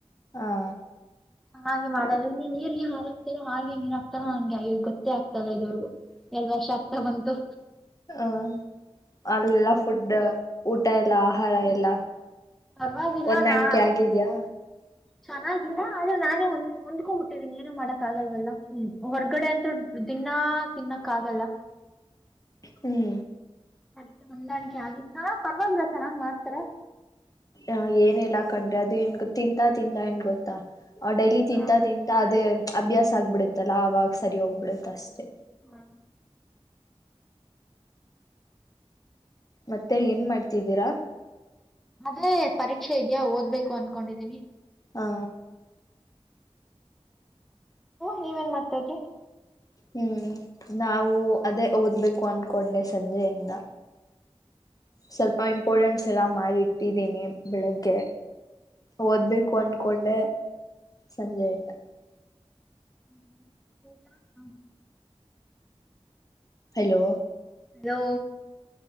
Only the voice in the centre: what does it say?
ಹೆ ಮಾಡದು ನೀರ್ಗೆ ಹಾಗಕ್ತರೋ ಹಾಗೆ ನೀರ್ ಆಗ್ತಾರ ಹಂಗೆ ಗೊತ್ತ ಆಗ್ತ ಇದುವರೆಗೂ ಎಷ್ಟ್ ವರ್ಷ ಆಗ್ತಾ ಬಂತು?
ಪರವಾಗಿಲ್
ನಾ
ಚೆನ್ನ ಆದ್ರೆ ನಾನೇಂದ್ ಹೊಂದ್ಕೊಂಡ್ಬ ಬಿಟ್ಟಿದೀನಿ, ಏನ ಮಾಡಕ್ ಆಗಲ್ವಲ್ಲ, ಹ್ಮ ಹೊರಗಡೆ ಅಂತು ದಿನಾ ತಿನ್ನಕ್ ಆಗಲ್ಲ.
ಅಡಿಕೆ ಹೊಂದಾಣಿಕೆ ಆಗಿತ್ತು, ಚನ್ನ ಪರವಾಗಿಲ್ಲ ಚೆನ್ನಂಗ್ ಮಾಡ್ತಾರ.
ಹಾ
ಹ್ಮ
ಅದೇ ಪರ ನಿಕ್ಷೆ ಇದ್ಯಾ ಓದ್ಬೇಕು ಅನ್ಕೊಂಡಿದ್ದೀನಿ.
ನೀವೇನ್ ಮಾಡ್ತಾ ಇದ್ರಿ?
ಹ್ಮ ಟ
ಹಲೋ